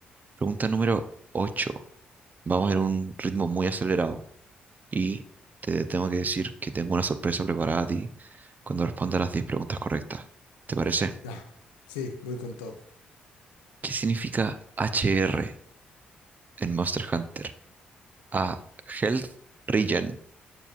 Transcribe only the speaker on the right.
Pregunta número 8. Vamos en un ritmo muy acelerado. Y te tengo que decir que tengo una sorpresa preparada a ti cuando respondas las 10 preguntas correctas. ¿Te parece?
¿Qué significa HR en Monster Hunter? A. Health Regen.